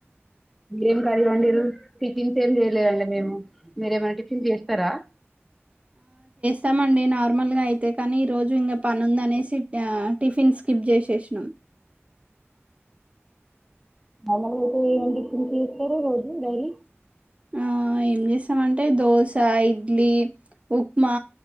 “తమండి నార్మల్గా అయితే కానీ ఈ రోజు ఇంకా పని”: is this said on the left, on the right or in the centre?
Right